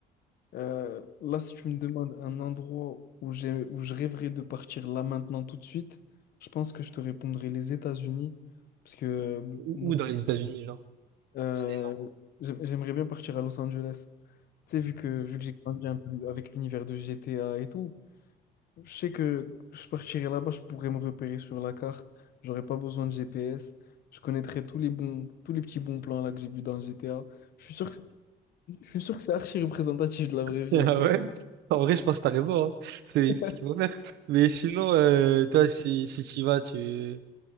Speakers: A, on the left (about 65°); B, on the right (about 85°).
A: Euh, là, si tu me demandes un endroit où j'ai où je rêverais de partir là maintenant tout de suite, je pense que je te répondrai les États-Unis. Parce que euh,
B: Ou,
A: mon
B: ou dans les États-Unis, genre.
A: Euh,
B: C'est énorme.
A: j'aim- j'aimerais bien partir à Los Angeles. Tu sais, vu que, vu que j'ai grandi un peu avec l'univers de GTA et tout, je sais que je partirais là-bas, je pourrais me repérer sur la carte, j'aurais pas besoin de GPS, je connaîtrais tous les bons, tous les petits bons plans là que j'ai vus dans le GTA. Je suis sûr que, c'est- je suis sûr que c'est archi représentatif de la vraie
B: <laughs>
A: vie
B: Ah
A: en fait.
B: ouais? En vrai, je pense que t'as raison, hein. C'est
A: <laughs>
B: c'est ce qu'il faut faire. Mais sinon, euh, toi, si, si t'y vas, tu,